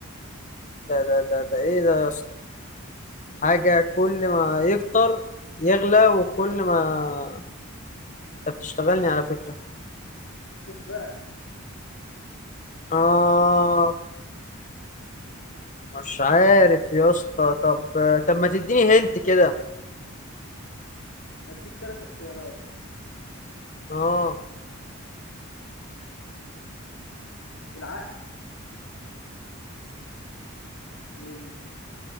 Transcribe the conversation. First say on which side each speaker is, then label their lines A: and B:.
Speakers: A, on the left; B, on the left.
A: ده ده ده ده ايه ده يا اسطى حاجة كل ما يكتر يغلى وكل ما انت بتشتغلني على فكرة
B: شوف بقى
A: اه مش عارف يا اسطى طب طب ما تديني هنت كده
B: هديك تلات اختيارات
A: اه
B: العقل والورق